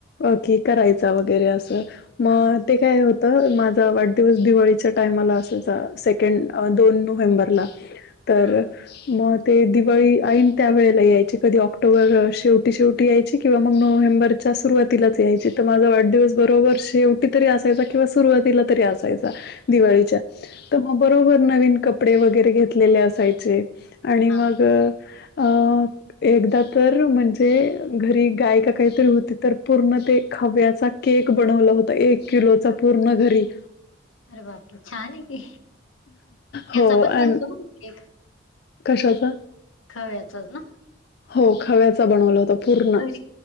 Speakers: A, on the left (about 50°); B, on the left (about 85°).
A: ओके करायचा वगैरे असं मग
B: हा
A: ते काय होत तर माझा वाढदिवस दिवाळीच्या टाइमाला असायचा सेकंड दोन नोव्हेंबरला तर
B: हा
A: मग ते दिवाळी आईनं त्यावेेळेला यायची कधी ऑक्टोबर शेवटी शेव टी यायची किंवा मग नोव्हेंबरच्या सुरुवातीलाच यायची तर माझा वाढदिवस बरोबर शेवटी तरी असायचा किंवा सुरुवातीला तरी असायचा दिवाळीच्या. तर मग बरोबर नवीन कपडे वगैरे घेतलेले असायचे. आणि
B: हा
A: मग अ एकदा तर म्हणजे घरी गाय का काहीतरी होती तर पूर्ण ते खव्याचा केक बनवला होता एक किलोचा
B: हा
A: पूर्ण घरी.
B: अरे बाप रे छान आहे की त्याचा
A: हो
B: पण
A: अ
B: बनतो केक.
A: कशाचा
B: खव्याचाच ना.
A: हो खव्याचा बनवला होत पूर्ण.
B: घरी